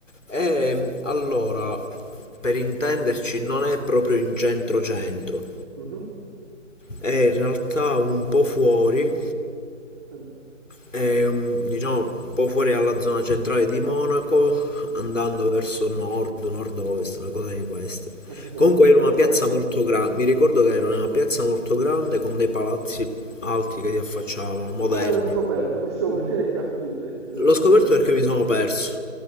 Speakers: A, on the left; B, on the right.
A: E allora, per intenderci, non è proprio in centro centro.
B: Mhm,
A: è in realtà un po' fuori,
B: capito.
A: è un- diciamo un po' fuori dalla zona centrale di Monaco, andando verso nord, nord-ovest, una cosa di queste.
B: Ma ci sei
A: Comunque
B: proprio entrato?
A: era una piazza molto grande, mi ricordo che era una piazza molto grande con dei palazzi alti che si affacciavano,
B: Ma
A: moderni.
B: tu come l'hai scoperto? <laughs> Questo vorrei capire. Ci sei
A: L'ho
B: andato
A: scoperto
B: a cercare.
A: perché mi sono perso.